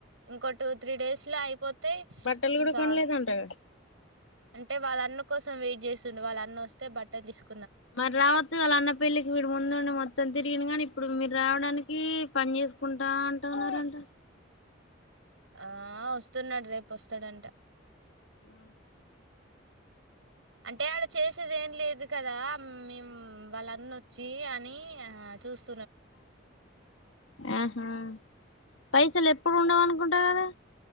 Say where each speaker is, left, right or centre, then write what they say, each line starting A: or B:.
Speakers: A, on the right; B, on the left.
A: ఇంకో టూ త్రీ డేస్ లో అయిపోత అతే
B: బట్టలు
A: ఇంకా
B: కూడా కొనలేదంటగా
A: అంటే వాళ్ళన్న కోసం వెయిట్ చేస్తుండే వాళ్ళు అన్న వస్తే బట్టలు తీసుకు
B: మరి రావచ్చు అ అన్న పెళ్లికి వీడి ముందుండి మొత్తం మొత్తం తిరియను గానీ ఇప్పుడు మీరు రావడానికి పని చేసుకుంటా అంటాన్నారంట
A: ఆ వస్తున్నాడు రేపు వస్తాడంట
B: అ
A: అంటే అడ చేసేది ఏం లేదు కదా మేము వాళ్ళన్న వచ్చి అని ఆ చూస్త
B: ఆహా పైసలు ఎప్పుడు ఉండవు అనుకుంటా కదా